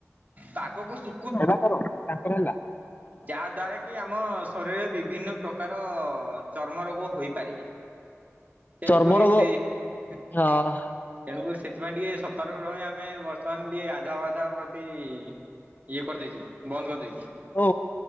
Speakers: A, on the right (about 35°); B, on the left (about 35°).
A: ପାଗକୁ ସୁ
B: <unintelligible> ତାଙ୍କର ହେଲା।
A: ଯାହା ଦ୍ଵାରା କି ଆମ ଶରୀରରେ ବିଭିନ୍ନ ପ୍ରକାର ଚର୍ମ ରୋଗ ହୋଇ ପାରେ ତେଣୁକରି
B: ଚର୍ମ ରୋଗ
A: ସେ ତେଣୁକରି
B: ହଁ
A: ସେଥିପାଇଁ ଟିକେ ସତର୍କ ରହିବା ଆମେ ବର୍ତ୍ତମାନ ଟିକେ ଗାଧୁଆ ପାଧୁଆ ପ୍ରତି ଇଏ କରିଦେଇଛୁ ବନ୍ଦ କରିଦେଇଛୁ ଉଁ।
B: ଓ